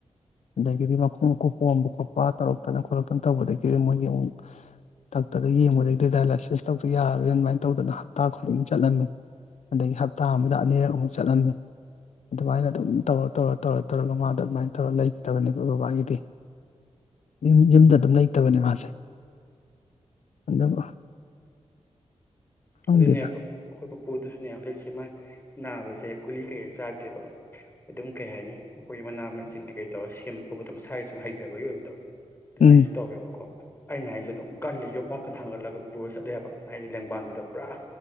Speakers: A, on the left (about 70°); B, on the left (about 20°).
A: ꯑꯗꯒꯤꯗꯤ ꯃꯈꯣꯡ ꯃꯈꯨꯠ ꯄꯣꯝꯕ ꯈꯣꯠꯄ ꯇꯧꯔꯛꯇꯅ ꯈꯣꯠꯂꯛꯇꯅ ꯇꯧꯕꯗꯒꯤꯗꯤ ꯃꯣꯏꯒꯤ ꯑꯃꯨꯛ ꯗꯥꯛꯇꯔꯗ ꯌꯦꯡꯕꯗꯩꯗꯤ ꯗꯥꯏꯂꯥꯏꯁꯤꯁ ꯇꯧꯗ꯭ꯔ ꯌꯥꯔꯔꯣꯏꯅ ꯑꯗꯨꯃꯥꯏꯅ ꯇꯧꯗꯅ ꯍꯞꯇꯥ ꯈꯨꯗꯤꯡꯒꯤ ꯆꯠꯂꯝꯃꯤ ꯑꯗꯒꯤ ꯍꯞꯇꯥ ꯑꯃꯗ ꯑꯅꯤꯔꯛꯃꯨꯛ ꯆꯠꯂꯝꯃꯤ ꯑꯗꯨꯃꯥꯏꯅ ꯑꯗꯨꯝ ꯇꯧꯔ ꯇꯧꯔ ꯇꯧꯔ ꯇꯧꯔꯒ ꯃꯥꯗꯣ ꯑꯗꯨꯃꯥꯏꯟ ꯇꯧꯔ ꯂꯩꯈꯤꯗꯕꯅꯦꯕ ꯕꯕꯥꯒꯤꯗꯤ ꯌꯨꯝ ꯌꯨꯝꯗ ꯑꯗꯨꯝ ꯂꯩꯇꯕꯅꯦ ꯃꯥꯁꯦ ꯑꯗꯨꯝ ꯈꯪꯗꯦꯗ
B: ꯑꯗꯨꯅꯦ ꯑꯩꯈꯣꯏ <unintelligible> ꯑꯩꯈꯣꯏ ꯄꯨꯄꯨꯗꯨꯁꯨꯅꯦ ꯍꯧꯖꯤꯛꯁꯦ ꯃꯥꯏ ꯅꯥꯕꯁꯦ ꯒꯨꯂꯤ ꯀꯩꯀꯩ ꯆꯥꯗꯦꯕ ꯑꯗꯨꯝ ꯀꯩ ꯍꯥꯏꯅꯤ ꯑꯩꯈꯣꯏ ꯃꯅꯥ ꯃꯁꯤꯡ ꯀꯩꯀꯩ ꯇꯧꯔ ꯁꯦꯝꯕ ꯈꯣꯠꯄꯗꯣ ꯃꯁꯥꯒꯤ ꯁꯨꯝ ꯍꯩꯖꯕꯩ ꯑꯣꯏꯕꯗꯣ ꯑꯗꯨꯃꯥꯏꯅꯁꯨ
A: ꯎꯝ
B: ꯇꯧꯋꯦꯕꯀꯣ ꯑꯩꯅ ꯍꯥꯏꯖ‌ꯦ ꯑꯗꯨꯝ ꯀꯜꯂꯤ ꯌꯣꯝꯄꯥꯛꯀ ꯊꯥꯡꯒꯠꯂꯒ ꯄꯨꯔ ꯆꯠꯂꯦ ꯍꯥ ꯕ ꯍꯥꯏꯗꯤ ꯂꯦꯡꯕꯥꯟꯗꯨꯗ ꯄꯨꯔꯥ